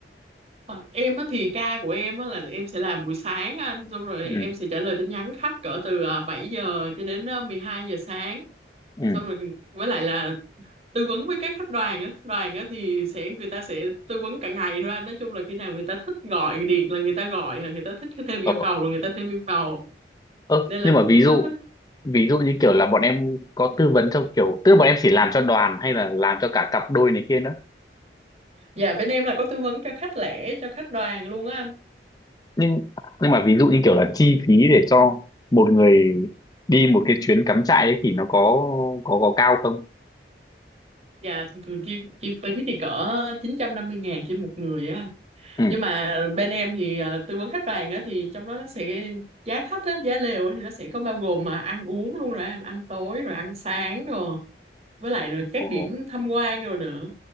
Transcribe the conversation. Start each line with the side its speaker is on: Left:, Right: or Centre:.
Right: Ờ, em á thì ca của em á là em sẽ làm buổi sáng á anh xong rồi
Left: ừ
Right: em sẽ trả lời tin nhắn khách cỡ từ à, 7 giờ cho đến à, 12 giờ sáng
Left: ừ
Right: xong rồi với lại là tư vấn với các khách đoàn á đoàn á thì sẽ người ta sẽ tư vấn cả ngày thôi anh nói chung là khi nào người ta thích gọi điện là người ta gọi à, người ta thích thêm yêu
Left: ờ
Right: cầu rồi người ta thêm yêu cầu
Left: ơ
Right: nên là
Left: nhưng mà
Right: cũng
Left: ví dụ
Right: á,
Left: ví dụ như kiểu là bọn em có tư vấn cho kiểu tức là bọn em chỉ làm cho đoàn hay là làm cho cả cặp đôi này kia nữa
Right: dạ bên em là có tư vấn cho khách lẻ cho khách đoàn luôn á anh
Left: nhưng nhưng mà ví dụ như kiểu là chi phí để cho một người đi một cái chuyến cắm trại ấy thì nó có có có cao không
Right: dạ thường thường chi chi phí thì cỡ chín trăm năm mươi ngàn trên một người á anh.
Left: ừ
Right: nhưng mà bên em thì à, tư vấn khách hàng á thì trong đó nó sẽ giá khách á giá lều á thì nó sẽ có bao gồm mà ăn uống luôn rồi anh ăn tối rồi ăn sáng rồi với lại rồi các
Left: Ồ.
Right: điểm tham quan rồi nữa